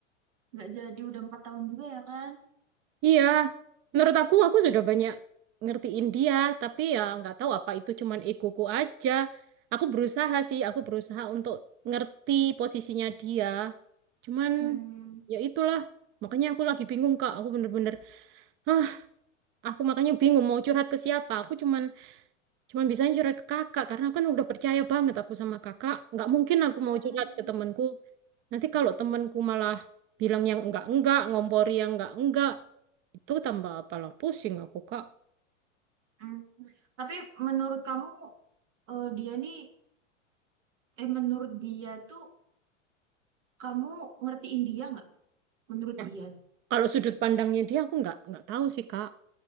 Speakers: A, on the right (about 70°); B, on the right (about 30°).
A: nggak jadi udah empat tahun juga ya kan?
B: Iya, menurut aku aku sudah banyak ngertiin dia, tapi ya nggak tahu apa itu cuman egoku aja. Aku berusaha sih, aku berusaha untuk ngerti posisinya dia. Cuman
A: Hmm.
B: ya itulah, makanya aku lagi bingung, Kak. Aku bener-bener Hah, Aku makanya bingung mau curhat ke siapa. Aku cuman cuman bisa curhat ke kakak karena kan udah percaya banget aku sama kakak. Nggak mungkin aku
A: Hmm.
B: mau curhat ke temanku. Nanti kalau temanku malah bilang yang enggak-enggak, ngompori yang enggak-enggak, itu tambah apalah pusing aku, Kak.
A: Hmm. Tapi menurut kamu eh, dia nih eh menurut dia tuh kamu ngertiin dia nggak? Menurut
B: Nah,
A: dia.
B: Kalau sudut pandangnya dia aku nggak nggak tahu sih, Kak.